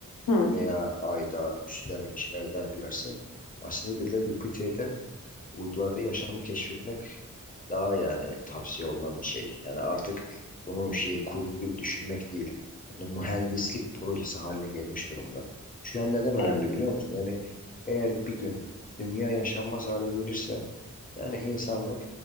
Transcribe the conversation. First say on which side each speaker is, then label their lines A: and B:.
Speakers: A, on the left; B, on the left.
A: Hı,
B: veya Ay'da üsler inşa ederlerse aslında dediler Jüpiter'de uydularda yaşamı keşfetmek daha yani tavsiye olunan bir şey. Yani artık bunu
A: evet.
B: şey kurgu gibi düşünmek değil. Yani mühendislik projesi haline gelmiş durumda. Şu an neden önemli
A: Evet.
B: biliyor musun? Yani eğer bir gün dünya yaşanmaz hale gelirse yani insanlık